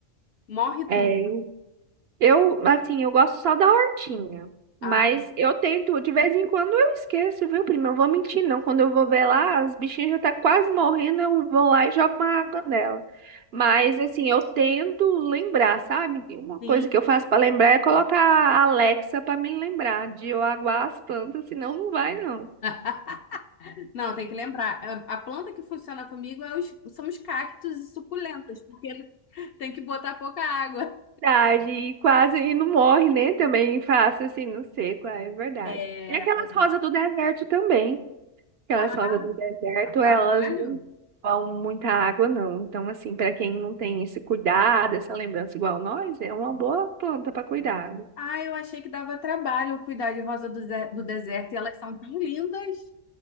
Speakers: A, on the left; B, on the right.
A: Morre tu.
B: É, Eu, assim, eu gosto só da hortinha.
A: Ah,
B: Mas eu tento, de vez em quando eu esqueço, viu, prima? Eu vou mentir, não. Quando eu vou ver lá, as bichinhas já tá quase morrendo, eu vou lá e jogo uma água nela. Mas, assim, eu tento lembrar, sabe? Uma
A: sim.
B: coisa que eu faço pra lembrar é colocar a Alexa pra me lembrar de eu aguar as plantas, senão não vai, não.
A: <laughs> Não, tem que lembrar. A a planta que funciona comigo é os- são os cactos e suculentas, porque <laughs> tem que botar pouca água.
B: Verdade, e quase, e não morre, né? Também faço assim, não sei qual é, é verdade.
A: É...
B: Tem aquelas
A: Ah,
B: rosas do deserto também. Aquelas
A: ah,
B: rosas do deserto,
A: dá trabalho?
B: elas não vão muita água, não. Então, assim, para quem não tem esse cuidado, essa lembrança igual nós, é uma boa planta para cuidado.
A: Ah, eu achei que dava trabalho cuidar de rosa do, ze- do deserto e elas são tão lindas.